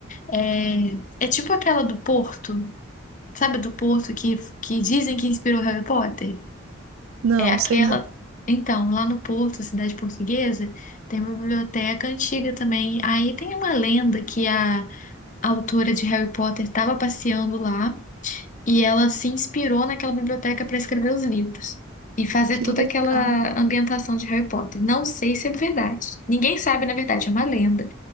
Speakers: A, on the left; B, on the right.
A: É, é tipo aquela do Porto. Sabe a do Porto que, que dizem que inspirou Harry Potter?
B: Não,
A: É aquela.
B: sei não.
A: Então, lá no Porto, cidade portuguesa, tem uma biblioteca antiga também. Aí tem uma lenda que a, a autora de Harry Potter estava passeando lá e ela se inspirou naquela biblioteca para escrever os livros e fazer
B: Que
A: toda
B: legal.
A: aquela ambientação de Harry Potter. Não sei se é verdade. Ninguém sabe, na verdade, é uma lenda.